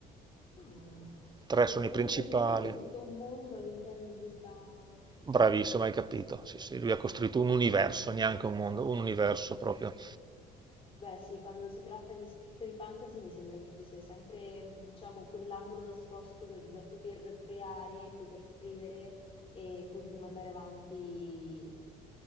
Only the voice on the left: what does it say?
Ah,
ha costruito
praticamente tutto un mondo all'interno di questa...
Beh, sì, quando si tratta di scrittori fantasy mi sembra che ci sia sempre, mh, diciamo, quell'angolo nascosto da, da poter creare, poter scrivere e poter mandare avanti